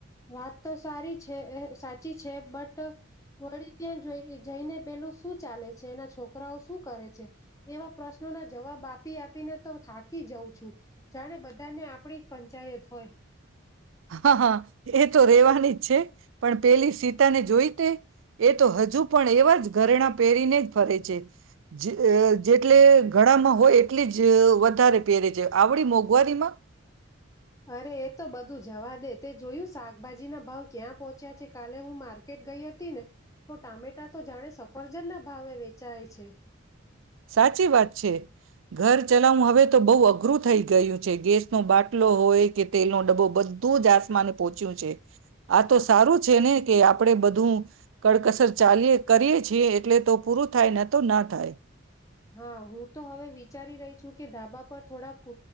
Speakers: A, on the left; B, on the right.
A: વાત તો સારી છે સાચી છે છે બટ વળી ત્યાં જઈને પેલું શું ચાલે છે એના છોકરાઓ શું કરે છે એવા પ્રશ્નોના જવાબ આપી આપીને તો થાકી જાઉં છું જાણે બધાને આપણી પંચાયત હોય
B: હા હા એ તો રેવાની જ છે પણ પેલી સીતા ને જોઈ તે એ તો હજુ પણ એ ઘરેણા પહેરીને જ ફરે છે જે જેટલે ઘણામાં હોય એટલી જ વધારે પહેરે છે આવડી મોંઘવારીમાં
A: અરે એ તો બધું જવા દે તે જોયું શાકભાજી ના ભાવ ક્યાં પહોંચ્યા છે કાલે હું માર્કેટ ટ ગઈ હતી ને તો ટામેટા તો જાણે સફરજન ના ભાવે વેચાય છે.
B: સાચી વાત છે ઘર ચલાવું હવે તો બહુ અધ અઘરું થઈ ગયું છે ગેસ નો બાટલો હોય કે તેલનો ડબ્બો બધું જ આસમાને પોહોચ્યું છે. આ તો સારું છે ને કે આપણેે બધું કડકસર ચાલીએ કરીએ છીએ એટલે તો પૂરું થાય ને તો ના થાય
A: હા હું તો હવે વિચારી રહી છું કે ધાબા પર થોડા